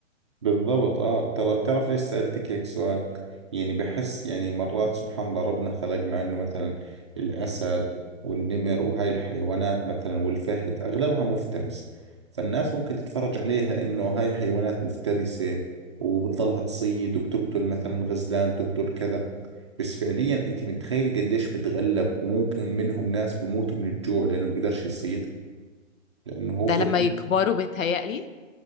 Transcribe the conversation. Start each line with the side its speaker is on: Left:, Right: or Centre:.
Right: بالضبط اه ترى بتعرف ليش سألتك هيك سؤال يعني بحس يعني مرات سبحان الله ربنا خلق مع انه مثلا الأسد والنمر وهاي الحيوانات مثلا والفهد أغلبها مفترس فالناس ممكن تتفرج عليها انه هاي حيوانات مفترسة وبتضلها تصيد وبتقتل مثلا غزلان تقتل كذا بس فعليا انت متخيل قديش بتغلب وممكن منهم ناس بموتوا من الجوع لانه بيقدرش يصيد لانه هو
Left: ده
Right: فعليا
Left: لما يكبروا بيتهيألي